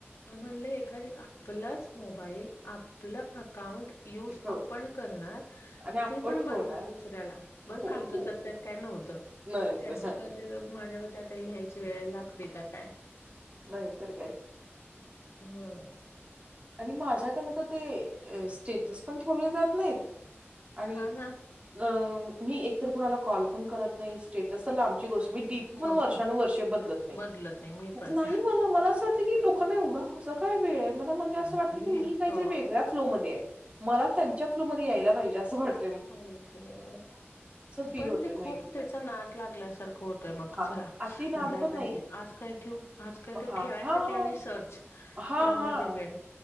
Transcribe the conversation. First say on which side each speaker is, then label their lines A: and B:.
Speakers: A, on the left (about 75°); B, on the right (about 25°).
A: पण म्हणल एखादी आपलाच मोबाईल, आपलं अकाउंट यूज
B: हो
A: आपण करणार,
B: आणि आपण
A: ते पण
B: ठेवणार.
A: बंधन दुसऱ्याला. बर
B: हो,
A: फालतू
B: हो,
A: तर
B: हो.
A: त्यात काय नव्ह त
B: नाहीतर
A: ते असं
B: हां,
A: काहीतरी माझ्यावरती हे आता लिहायची वेळ लागते का काय?
B: नाही तर काय.
A: होय.
B: आणि माझ्याकडनं तर ते अ स्टेटस पण ठेवलं जात नाहीत आणि
A: हा ना
B: अ मी एकतर कूणाला कॉल पण करत नाही, स्टेटस तर लांबची गोश मी डीपी पण
A: गोष्ट
B: वर्षानूवर्षे बदलत नाही.
A: बदलत नाही मी
B: अगं
A: पण
B: नाही मला मला असं वाटतं की नाही एवढा कसं काय वेळ आहे? मला म्हणजे अस
A: बापरे
B: वाटंत की, मी काहीतरी
A: हो
B: वेगळ्या फ्लोमध्ये मध्ये त्यांच्या फ्लोमध्ये यायला पाहिजे, अस वाट
A: नाही ते,
B: फील
A: पण
B: होतंय
A: ते खूप
B: मग एकदा.
A: त्याचा नाद लागल्यासारखं होतय मग
B: हां,
A: स
B: अति नाद
A: बदलायला
B: पण
A: पाहिजे,
B: नाही.
A: आज काय ठेऊ आज काय ते
B: हां,
A: ठेवाय
B: हां.
A: साठी आणि सर्च
B: हां,
A: ते
B: हां.
A: वेळ